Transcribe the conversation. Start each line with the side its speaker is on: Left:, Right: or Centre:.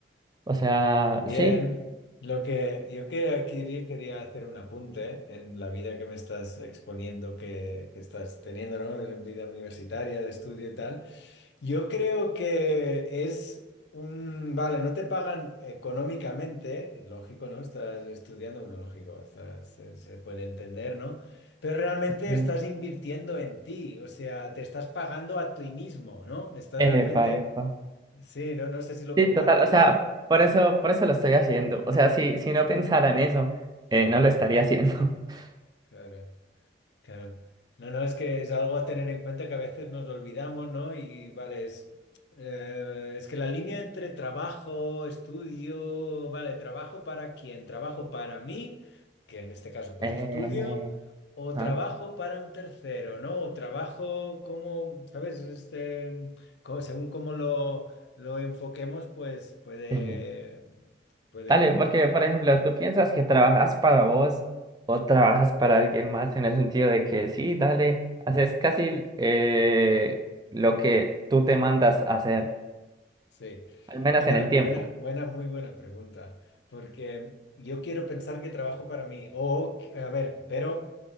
Right: O sea,
Left: Bien.
Right: sí.
Left: Lo que yo que aquí quería hacer un apunte en la vida que me estás exponiendo, que, que estás teniendo, ¿no? De la vida universitaria, de estudio y tal. Yo creo que es un... Vale, no te pagan económicamente, lógico, ¿no? Estás estudiando, bueno, lógico, estás- se, se puede entender, ¿no? Pero realmente
Right: Mm.
Left: estás invirtiendo en ti, o sea, te estás pagando a ti mismo, ¿no? Estás realmente...
Right: Epa, epa.
Left: Sí, no, no sé si lo
Right: Sí,
Left: compartes
Right: total, o sea,
Left: esto.
Right: por eso, por eso lo estoy haciendo. O sea, si, si no pensara en eso,
Left: Claro,
Right: eh, no lo estaría haciendo. <laughs>
Left: claro. Claro. No, no, es que es algo a tener en cuenta que a veces nos lo olvidamos, ¿no? Y vale, es, eh, es que la línea entre trabajo, estudio, vale, trabajo para quién, trabajo para mí, que en este caso pues
Right: Eh,
Left: estudio, o trabajo
Right: ¿ah?
Left: para un tercero, ¿no? O trabajo como, ¿sabes? Este, mm, co- según cómo lo, lo enfoquemos, pues puede,
Right: Sí.
Left: puede
Right: Dale, porque por ejemplo, tú piensas que trabajas para vos o trabajas para alguien más en el sentido de que sí, dale, haces casi eh, lo que tú te mandas a hacer,
Left: Sí,
Right: al menos
Left: buena,
Right: en el
Left: buena,
Right: tiempo.
Left: buena, muy buena pregunta, porque yo quiero pensar que trabajo para mí, o, que- a ver, pero